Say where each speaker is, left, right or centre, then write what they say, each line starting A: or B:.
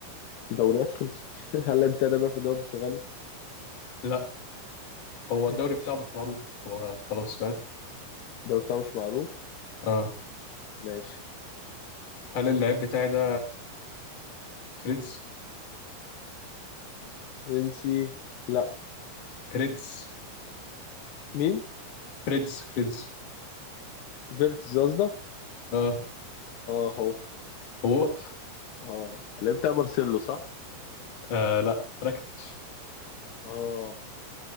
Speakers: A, on the left (about 70°); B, on the left (about 45°).
A: دوريات خلصت <laughs> هل اللعيب بتاعي ده بيلعب في الدوري البرتغالي؟
B: لا هو
A: <laughs>
B: الدوري بتاعه مش معروف هو خلاص فاهم
A: ده بتاع مش معروف
B: اه
A: ماشي
B: هل اللعيب بتاعي ده فريدز
A: فرنسي لا
B: فريدز
A: مين
B: فريدز فريدز
A: فيرتز قصدك
B: اه
A: اه هو
B: هو
A: اه اللي بتاع مارسيلو صح
B: آه لا راكتيتش
A: اه